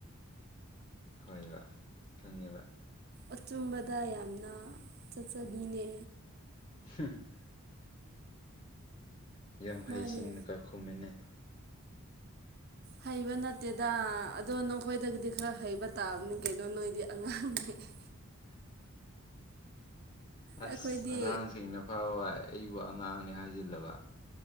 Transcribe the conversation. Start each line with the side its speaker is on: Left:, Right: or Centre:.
Left: ꯍꯥꯏꯕ ꯈꯪꯉꯦꯕ
Right: ꯑꯆꯨꯝꯕꯗ ꯌꯥꯝꯅ ꯆꯠꯆꯕꯤꯅꯦ
Left: <unintelligible> ꯌꯥꯝ
Right: ꯃꯥꯅꯦ
Left: ꯍꯩꯁꯤꯡꯅ ꯀꯥꯈꯨꯝꯃꯤꯟꯅꯦ
Right: ꯍꯩꯕ ꯅꯠꯇꯦꯗ ꯑꯗꯣ ꯅꯈꯣꯏꯗꯒꯤꯗꯤ ꯈꯔ ꯍꯩꯕ ꯇꯥꯕꯅꯤ ꯀꯩꯅꯣ ꯅꯣꯏꯗꯤ ꯑꯉꯥꯡꯅꯤ <unintelligible>
Left: ꯑꯁ
Right: ꯑꯩꯈꯣꯏꯗꯤ
Left: ꯑꯉꯥꯡꯁꯤꯡꯅ ꯐꯥꯎꯕ ꯑꯩꯕꯨ ꯑꯉꯥꯡꯅꯦ ꯍꯥꯏꯖꯤꯜꯂꯕ